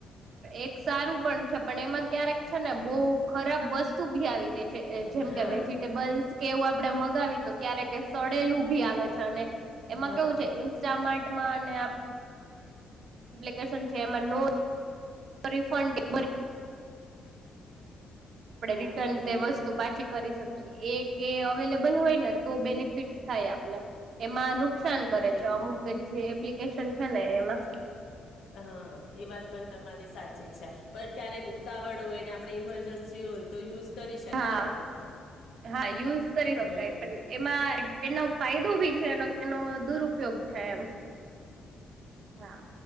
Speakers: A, on the right; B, on the left.
A: એક સારું પણ છે. પણ એમાં ક્યારેક. છે ને બહુ ખરાબ વસ્તુ ભી આવી તે. જેમ
B: હા
A: કે વેજીિટેબલ્સ. કે એવું આપડે મગાવી તો ક્યારે કે સડેલું ભી આવે છે અને. એમાં
B: હા
A: કેવું છે ઇન્સ્ટા માટે. <unintelligible> <inaudible> <unintelligible> આપણે
B: હમ
A: રિટર્ન
B: હમ
A: તે વસ્તુ પાછી. કરી શકએ અવેલેબલ હોય ને તો બેનિફિટ. થાય આપને. એમાંનું. નુકસાન
B: હા
A: કરે
B: એ
A: છે, અમુક જે એપ્લ. વકેશન છે ને એમાં.
B: હા, એ વાત પણ તમારી સાચી છે. પણ ક્યારેક ઉતાવળ હોય ને આપણે ઈમરજન્સી હોય તો યુઝ. કરી શકાય
A: હા
B: એનો
A: હા, યુઝ કરી શકાય
B: હમ
A: પણ એમાં. એનો ફાયદો ભી છે. એનો એનો દુરુપયોગી થાય એમ હા.